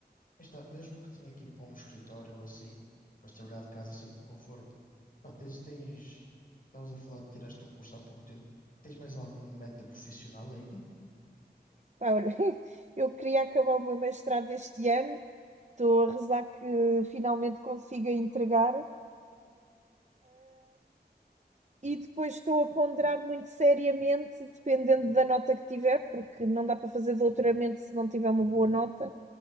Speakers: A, on the left; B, on the right.
A: Aí Está, mesmo que tenha que ir para um escritório ou assim, mas trabalhar de casa é sempre um conforto. Pá, tens, tens, estavas a falar de tiraste um curso há pouco tempo. Tens mais alguma meta profissional ainda?
B: Pá, olha, <laughs> eu queria acabar o meu mestrado este ano, estou a rezar que finalmente consiga entregar. E depois estou a ponderar muito seriamente, dependendo da nota que tiver, porque não dá para fazer doutoramento se não tiver uma boa nota.